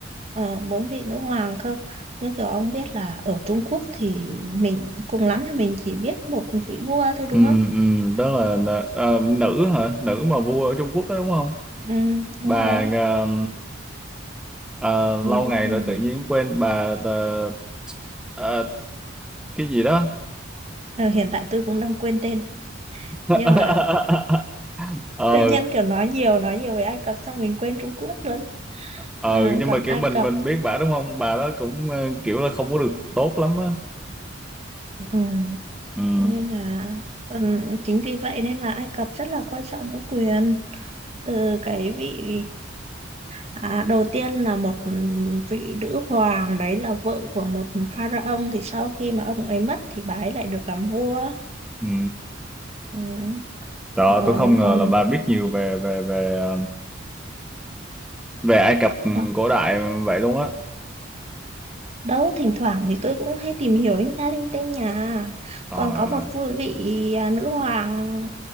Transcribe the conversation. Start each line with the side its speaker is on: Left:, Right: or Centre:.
Right: Ờ, bốn vị nữ hoàng cơ nhưng kiểu ông biết là ở Trung Quốc thì mình cùng lắm thì mình chỉ biết một vị vua thôi đúng
Centre: ừ
Right: không
Centre: ừ đó là nợ- ờ,
Right: Ừ.
Centre: nữ hả nữ mà vua ở Trung Quốc đó đúng không
Right: ừ, đúng
Centre: bà
Right: rồi
Centre: ờ, Ờ, lâu
Right: Người ta
Centre: ngày
Right: quyền
Centre: rồi tự
Right: nhỉ?
Centre: nhiên quên bà ờ, ờ, cái gì đó
Right: Ờ, hiện tại tôi cũng đang quên tên
Centre: <laughs>
Right: nhưng mà
Centre: ờ
Right: tự nhiên kiểu nói nhiều nói nhiều về Ai Cập xong mình quên Trung Quốc luôn
Centre: ờ
Right: Ờ,
Centre: nhưng
Right: còn
Centre: mà
Right: Ai
Centre: kiểu mình
Right: Cập
Centre: mình biết bà đúng không bà đó cũng ờ, kiểu là không có được tốt lắm á
Right: ừ,
Centre: ừ
Right: nên là ừ, chính vì vậy nên là Ai Cập rất là quan trọng nữ quyền từ cái vị À, đầu tiên là một vị nữ hoàng đấy là vợ của một pharaoh thì sau khi mà ông ấy mất thì bà ấy lại được làm vua
Centre: ừ
Right: ừ.
Centre: đó
Right: ờ,
Centre: tôi không ngờ
Right: còn
Centre: là bà biết nhiều về về về ờ, về Ai Cập ừ,
Right: ờ,
Centre: cổ đại vậy luôn á
Right: đâu thỉnh thoảng thì tôi cũng hay tìm hiểu linh ta linh tinh nhà
Centre: trời
Right: còn có
Centre: ơi.
Right: một vui vị à, nữ hoàng